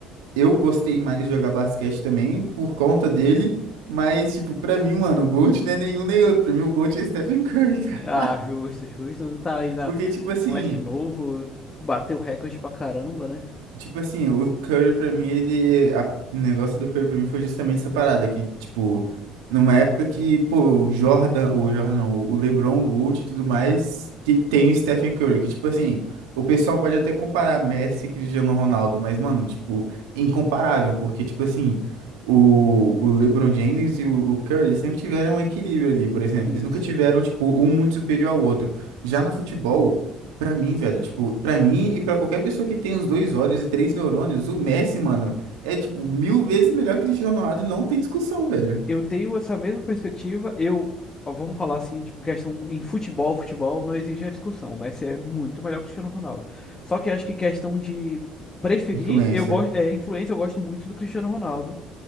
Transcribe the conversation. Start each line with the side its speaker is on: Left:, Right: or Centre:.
Right: eu gostei mais de jogar basquete também, por conta dele, mas, tipo, pra mim, mano, o GOAT não é nenhum nem outro, pra mim o GOAT é Stephen Curry, <laughs>
Left: Ah,
Right: cara.
Left: justo, justo. Tá aí na
Right: Porque, tipo assim,
Left: moleque novo, bateu recorde pra caramba, né?
Right: Tipo assim, o Curry pra mim, ele. a- o negócio do Curry pra mim foi justamente essa parada, que, tipo, numa época que, pô, o Jordan, o Jordan, não, o LeBron, o Gold e tudo mais, te- tem o Stephen Curry, que, tipo assim, o pessoal pode até comparar Messi e Cristiano Ronaldo, mas, mano, tipo, incomparável, porque, tipo assim, o, o LeBron James e o, o Curry eles sempre tiveram um equilíbrio ali, por exemplo,
Left: Sim,
Right: eles nunca
Left: sim.
Right: tiveram, tipo, um muito superior ao outro. Já no futebol. Pra mim, velho, tipo, pra mim e pra qualquer pessoa que tem os dois olhos e três neurônios, o Messi, mano, é tipo mil vezes melhor que o Cristiano Ronaldo e não tem discussão, velho.
Left: Eu tenho essa mesma perspectiva. Eu, ó, vamos falar assim, tipo, questão em futebol, futebol não exige a discussão. O Messi é muito melhor que o Cristiano Ronaldo. Só que acho que questão de preferir,
Right: Influência.
Left: eu gosto, é, influência, eu gosto muito do Cristiano Ronaldo.